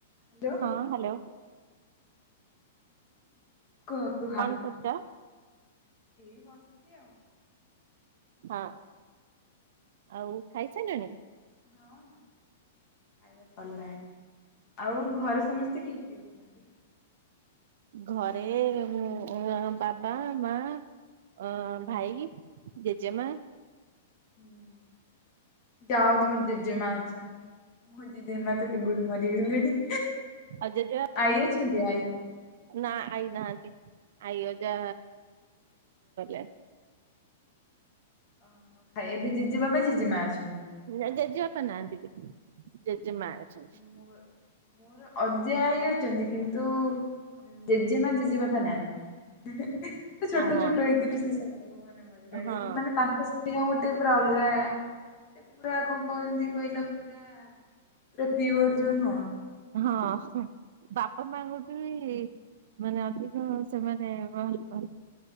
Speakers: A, on the left (about 30°); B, on the right (about 50°).
A: Hello.
B: ହଁ hello.
A: କୁହ କୁହ।
B: <unintelligible>
A: ଏଇ ବସିଚି ଆଉ।
B: ହଁ ଆଉ ଖାଇସାଇଲଣି?
A: ହଁ। ଖାଇବା ସରିଲା ଆଉ ଘରେ ସମସ୍ତେ କିଏ କିଏ ଅଛନ୍ତି?
B: ଘରେ ମୁଁ ବାବା ମା ଅଁ ଭାଇ ଜେଜେମା
A: ହଁ ଯାହଉ ତମ ଜେଜେମା ଅଛନ୍ତି ମୋ ଜିଜେମାତ କେବେଠୁ ମାରଗଲେଣି
B: ଆଉ ଜେଜେ
A: ଆଈ ଅଛନ୍ତି ଆଈ?
B: ନା ଆଈ ନାହାନ୍ତି ଆଈ ଅଜା <unintelligible>
A: ଓହୋ ଖାଇ ଏବେ ଜେଜେବାବା ଜେଜେମା ଅଛନ୍ତି?
B: ନା ଜେଜେବାପା ନାହାନ୍ତିବିି ଜେଜେମା ଅଛନ୍ତି।
A: ମୋ ମୋର ଅଜା ଆଈ ଅଛନ୍ତି କିନ୍ତୁ ଜେଜେମା ଜେଜେବାପା ନାହାନ୍ତି। ଛୋଟ
B: ଓହୋ।
A: ଛୋଟ ହେଇଥିଲି ସେସବୁ ମାନେ ମରିଗଲେଣି
B: ହଁ
A: ମାନେ ତାଙ୍କ ସ୍ନେହ ଗୋଟେ ପୁରା ଅଲଗା ପୁରା କଣ କହତି କହିଲ ପୁରା <unintelligible> ପିଓର ଯୋଉ ନୁହଁ।
B: ହଁ ବାପା ମାଙ୍କୁଠୁବି ମାନେ ଅଧିକ ତସେମାନେ ଭଲ ପାଆନ୍ତି।